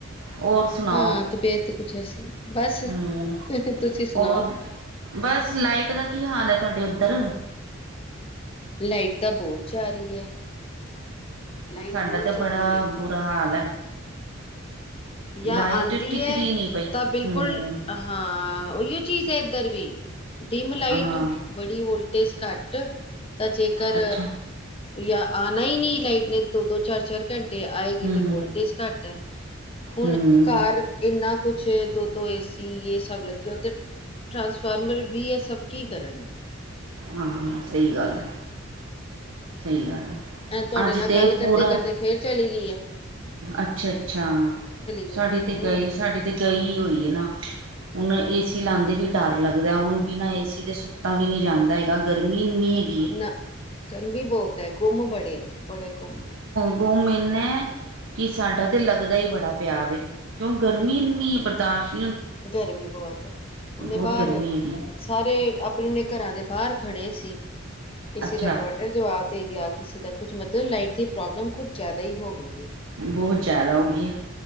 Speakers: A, on the right (about 75°); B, on the left (about 30°).
A: ਹੋਰ ਸੁਣਾਓ?
B: ਹਾਂ ਤਬੀਅਤ ਕੁਛ ਐਸੀ ਬਸ
A: ਹੂ
B: ਤੁਸੀਂ ਸੁਣਾਓ
A: ਹੋਰ ਬਸ ਲਾਈਟ ਦਾ ਕੀ ਹਾਲ ਹੈ ਤੁਹਾਡੇ ਉੱਧਰ?
B: ਲਾਈਟ ਤਾਂ ਬਹੁਤ ਜਾ ਰਹੀ ਹੈ। ਲਾਈਟ
A: ਸਾਡਾ
B: ਬਹੁਤ
A: ਤੇ
B: ਜਾ
A: ਬੜਾ
B: ਰਹੀ ਹੈ
A: ਬੁਰਾ ਹਾਲ ਹੈ।
B: ਜਾਂ
A: ਲਾਇਟ
B: ਆਂਦੀ
A: ਟਿਕਦੀ
B: ਹੈ
A: ਈ ਨੀਂ ਪਈ,
B: ਤਾਂ ਬਿਲਕੁਲ
A: ਹੂ
B: ਹਾਂ ਉਹੀਓ ਚੀਜ਼ ਹੈ ਏਧਰ ਵੀ ਡਿਮ- ਲਾਈਟ,
A: ਹਾਂ
B: ਬੜੀ ਵੋਲਟੇਜ ਘੱਟ ਤਾਂ ਜੇਕਰ
A: ਅੱਛਾ
B: ਜਾਂ ਆਉਣਾ ਹੀ ਨਹੀਂ ਲਾਈਟ ਨੇ ਦੋ -ਦੋ ਚਾਰ- ਚਾਰ ਘੰਟੇ ਆਏਗੀ
A: ਹੂੰ
B: ਤੇ ਵੋਲਟੇਜ ਘੱਟ ਹੈ। ਹੁਣ
A: ਹੂੰ।
B: ਘਰ ਇੰਨਾ ਕੁਛ ਦੋ -ਦੋ ਏਸੀ ਇਹ ਸਭ ਲੱਗੇਓ ਤੇ ਟਰਾਂਸਫਾਰਮਰ ਵੀ, ਹੈ ਸਭ ਕੀ ਕਰਨਗੇ।
A: ਹਾਂ ਹਾਂ ਸਹੀ ਗੱਲ ਹੈ, ਸਹੀ ਗੱਲ ਹੈ।
B: ਤੁਹਾਡੇ
A: ਅੱਜ
B: ਨਾਲ
A: ਤੇ
B: ਗੱਲ
A: ਪੂਰਾ
B: ਕਰਦੇ ਕਰਦੇ ਫੇਰ ਚਲੀ ਗਈ ਏ।
A: ਅੱਛਾ- ਅੱਛਾ
B: ਗਈ
A: ਸਾਡੀੇ
B: ਹੋਰ
A: ਤੇ ਗਈ ਸਾਡੀ ਤੇ ਗਈ ਹੋਈ ਹੈ ਨਾਂ ਹੁਣ ਏਸੀ ਲਾਂਦੇ ਵੀ ਡਰ ਲੱਗਦਾ ਹੁਣ ਬਿਨਾਂ ਏਸੀ ਦੇ ਸੁ ਸੁਤਾ ਤਾਂ ਵੀ ਨਹੀਂ ਜਾਂਦਾ ਹੈਗਾ ਗਰਮੀ ਇੰਨੀਂ ਏ।
B: ਨਾਂ ਗਰਮੀ ਬਹੁਤ ਹੈ ਗੁੰਮ ਬੜੇ ਐ, ਬੜੇ ਗੁੰਮ ਹੈ।
A: ਗੁੰਮ ਇੰਨਾ ਕਿ ਸਾਡਾ ਤੇ ਲੱਗਦਾ ਹੀ ਬੜਾ ਪਿਆ ਵੇ, ਕਿਉਂ ਗਰਮੀ ਇੰਨੀ ਬਰਦਾਸ਼
B: ਗਰਮੀ ਬਹੁਤ ਹੈ ਹੁਣ
A: ਬਹੁਤ
B: ਨੀਂ ਬਾਹਰ
A: ਗਰਮੀ ਹੈਗੀ ਹੈ,
B: ਸਾਰੇ ਆਪਣੇ ਘਰਾਂ ਦੇ ਬਾਹਰ ਖੜ੍ਹੇ ਸੀ ਕਿਸੇ
A: ਅੱਛਾ
B: ਦਾ ਇਨਵਰਟ ਇਨਵਰਟਰ ਜਵਾਬ ਦੇ ਗਿਆ, ਕਿਸੇ ਦਾ ਕੁੱਝ ਮਤਲਬ ਲਾਈਟ ਦੀ ਪ੍ਰੋਬਲਮ ਕੁੱਝ ਜ਼ਿਆਦਾ ਹੀ ਹੋ ਗਈ ਹੈ।
A: ਬਹੁਤ ਜ਼ਿਆਦਾ ਹੋ ਗਈ ਏ।